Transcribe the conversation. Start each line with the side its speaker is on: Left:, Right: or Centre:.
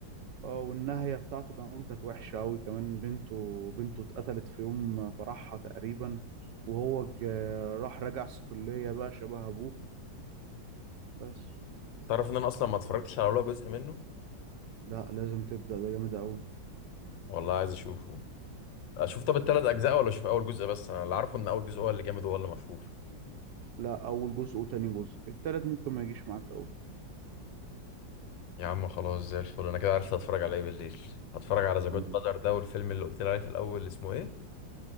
Right: اه والنهاية بتاعته كمان كانت وحشة أوي كمان بنته بنته اتقتلت في يوم فرحها تقريبا وهو ج- راح رجع صقلية بقى شبه أبوه بس
Left: تعرف ان انا اصلا ما اتفرجتش على ولا جزء منه
Right: لا لازم تبدأ ده جامد أوي
Left: والله عايز اشوفه اشوف طب التلات
Right: شوف
Left: اجزاء ولا اشوف اول جزء بس انا اللي عارفه ان اول جزء هو اللي جامد وهو اللي مشهور
Right: لا أول جزء وتاني جزء التالت ممكن ما يجيش معاك أوي
Left: يا عم خلاص زي الفل انا كده عرفت هتفرج على ايه بالليل هتفرج على ذا
Right: تمام
Left: جود فازر ده والفيلم اللي قلت لي عليه في الاول اللي اسمه ايه